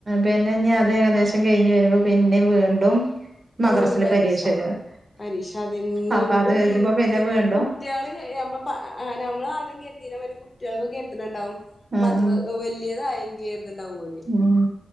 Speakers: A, on the right; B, on the left.
A: പിന്നെ ഇനി അത് ഏകദേശം കഴിഞ്ഞ് വരുമ്പോ പിന്നെ വീണ്ടും മദ്രസില്
B: വീണ്ടും പരീക്ഷ
A: വരും
B: പരീക്ഷ അതന്നെയൊരു
A: അപ്പൊ അത്
B: ഒഴിവില്ല
A: കഴിയുമ്പോ പിന്നെ വീണ്ടും
B: കുട്ടികള് ന നമ്മൾ പ ആദ്യം കേ സ്ഥിര ഒരു കുട്ടികള കെ എതിണ്ടാവും
A: ഉം
B: മദ്ര വലിയതായെങ്കി കരുതണ്ടാവും പോലേ
A: ഉം